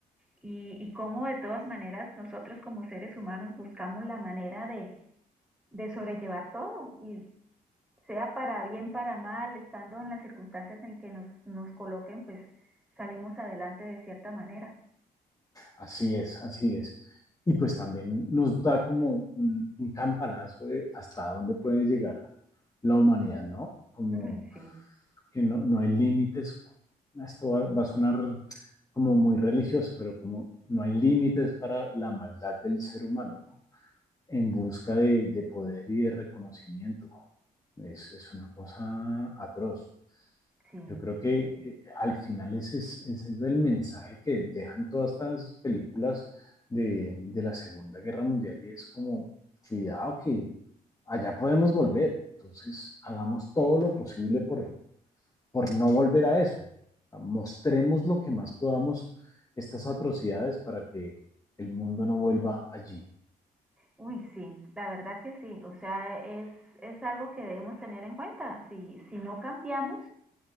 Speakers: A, in the centre; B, on the left.
A: y, y cómo de todas maneras nosotros como seres humanos buscamos la manera de, de sobrellevar todo y sea para bien, para mal, estando en las circunstancias en que nos, nos coloquen, pues salimos adelante de cierta manera.
B: Así es, así es. Y pues también nos da como un, un campanazo de hasta dónde puede llegar la humanidad, ¿no? Como
A: Uy, sí,
B: que no, no hay límites. Esto va, va a sonar como muy religioso, pero como no hay límites para la maldad del ser humano, ¿no? En busca de, de poder y de reconocimiento. Es, es una cosa atroz.
A: sí.
B: Yo creo que eh, al final ese es, ese es el mensaje que dejan todas estas películas de, de la Segunda Guerra Mundial y es como, cuidado que allá podemos volver. Entonces, hagamos todo lo posible por, por no volver a eso. Mostremos lo que más podamos estas atrocidades para que el mundo no vuelva allí.
A: Uy, sí, la verdad que sí, o sea, es, es algo que debemos tener en cuenta. Si, si no cambiamos,